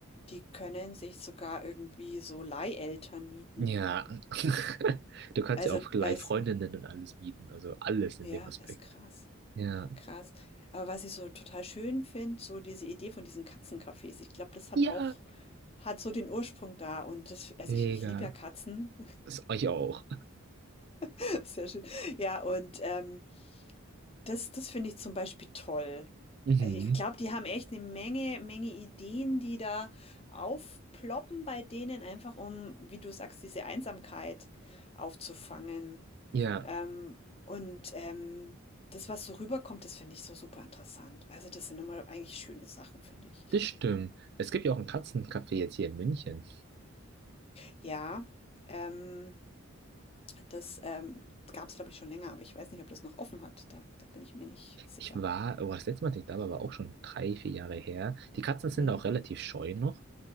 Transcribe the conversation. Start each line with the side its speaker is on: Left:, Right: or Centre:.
Left: die können sich sogar irgendwie so Leiheltern mieten.
Right: Ja, <laughs> du kannst
Left: Also,
Right: ja auch gleich
Left: weißt
Right: Freundinnen
Left: du,
Right: und alles mieten, also alles in
Left: ja,
Right: dem Aspekt.
Left: ist krass.
Right: Ja.
Left: Krass. Aber was ich so total schön finde, so diese Idee von diesen Katzencafés, ich glaube, das hat
Right: Ja,
Left: auch, hat so den Ursprung da. Und das, also
Right: mega.
Left: ich, ich liebe ja Katzen.
Right: Das euch auch.
Left: <laughs> Sehr schön. Ja, und ähm, das, das finde ich zum Beispiel toll.
Right: Mhm.
Left: Also ich glaube, die haben echt eine Menge, Menge Ideen, die da aufploppen bei denen, einfach um, wie du sagst, diese Einsamkeit aufzufangen.
Right: Ja,
Left: Ähm, und ähm, das, was so rüberkommt, das finde ich so super interessant. Also das sind immer eigentlich schöne Sachen, finde ich.
Right: das stimmt. Es gibt ja auch ein Katzencafé jetzt hier in München.
Left: Ja, ähm, das ähm, gab es, glaube ich, schon länger, aber ich weiß nicht, ob das noch offen hat. Da, da bin ich mir nicht sicher.
Right: Ich war, oh, das letzte Mal, dass ich da war, war auch schon drei, vier Jahre her. Die Katzen sind
Left: Hm,
Right: auch relativ scheu noch.